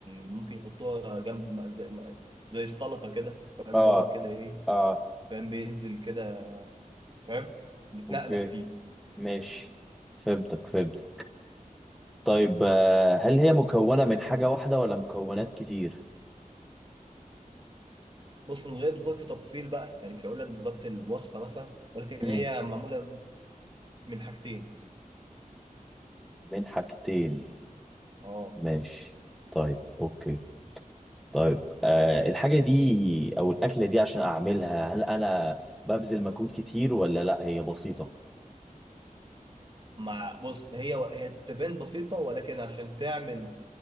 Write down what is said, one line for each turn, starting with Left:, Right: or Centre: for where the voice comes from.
Right: ممكن يحطوها جنب م- زي, م- زي السلطه كده فاهم
Centre: آه
Right: طبق كده ايه
Centre: آه
Right: فاهم بينزل كده فاهم بتنقنق
Centre: أوكي
Right: فيه
Centre: ماشي فهمتك فهمتك طيب آه، هل هي مكونة من حاجة واحدة ولا مكونات كتير؟
Right: بص من غير دخول في تفاصيل بقى يعني مش هقول لك بالظبط الوصفه مثلا ولكن
Centre: مم.
Right: هي معموله من حاجتين
Centre: من حاجتين
Right: اه
Centre: ماشي طيب أوكي طيب آه الحاجة دي أو الأكلة دي عشان أعملها هل أنا ببذل مجهود كتير ولا لأ هي بسيطة؟
Right: مع بص هي هي تبان بسيطة ولكن عشان تعمل